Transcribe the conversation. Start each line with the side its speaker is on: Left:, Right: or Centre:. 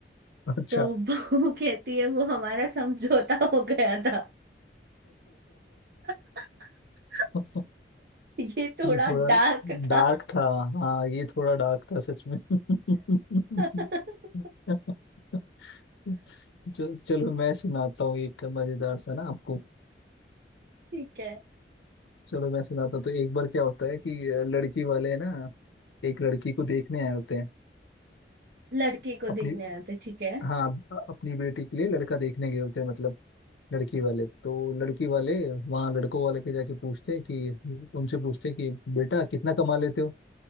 Left: अच्छा
Right: तो बहू <laughs> कहती है वो हमारा समझौता हो गया था <laughs>
Left: <laughs>
Right: ये थोड़ा
Left: ये थोड़ा
Right: डार्क था
Left: डार्क था हाँ ये थोड़ा डार्क था सच में <laughs>
Right: <laughs>
Left: चल चलो मैं सुनाता हूँ एक मजेदार सा ना आपको
Right: ठीक है
Left: चलो मैं सुनाता हूँ तो एक बार क्या होता है कि अ, लड़की वाले ना एक लड़की को देखने आए होते हैं
Right: लड़की को
Left: अपनी
Right: देखने आए थे ठीक है
Left: हाँ अ- अपनी बेटी के लिए लड़का देखने गए होते हैं मतलब लड़की वाले तो लड़की वाले वहाँ लड़कों वाले के जाके पूछते हैं कि उनसे पूछते हैं कि बेटा कितना कमा लेते हो